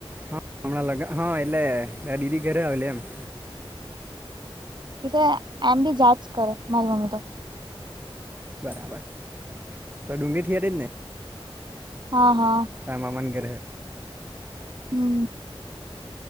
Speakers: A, on the right; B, on the right.
A: હા હમણાં લગ હા એટલે દીદી ઘરે આવેલી એમ
B: તી તો એમ બી જાચ કરે મારી મમ્મી તો
A: બરાબર તો ડુંગી થીયરી જ ને
B: હા હા
A: તારા મામાના ઘરે
B: હમ